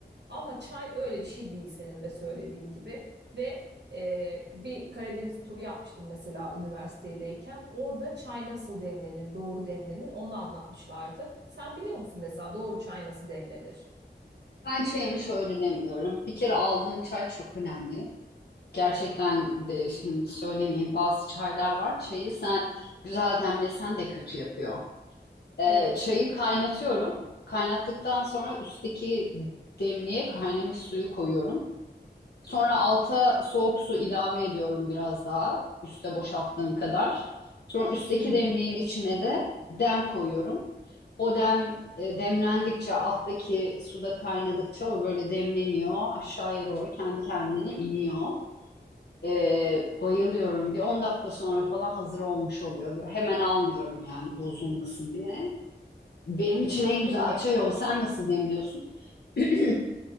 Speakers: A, on the right; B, on the left.
A: Ama çay öyle bir şey değil senin de söylediğin gibi ve ee, bir Karadeniz turu yapmıştım mesela üniversitedeyken. Orada çay nasıl demlenir, doğru demlenir onu anlatmışlardı. Sen biliyor musun mesela doğru çay nasıl demlenir?
B: Ben çayımı şöyle demliyorum. Bir kere aldığın çay çok önemli. Gerçekten de şimdi söylemeyeyim bazı çaylar var. Çayı sen güzel demlesen de kötü yapıyor. Ee,
A: Evet.
B: çayı kaynatıyorum. Kaynattıktan sonra üstteki demliğe kaynamış suyu koyuyorum. Sonra alta soğuk su ilave ediyorum biraz daha. Üste boşalttığım kadar. Sonra üstteki
A: Hı hı.
B: demliğin içine de dem koyuyorum. O dem e, demlendikçe alttaki suda kaynadıkça o böyle demleniyor. Aşağıya doğru kendi kendine iniyor. Ee, bayılıyorum. Bir 10 dakika sonra falan hazır olmuş oluyor. Böyle Hemen almıyorum yani bozulmasın diye. Benim için en güzel
A: Peki.
B: çay o. Sen nasıl demliyorsun? <clears throat>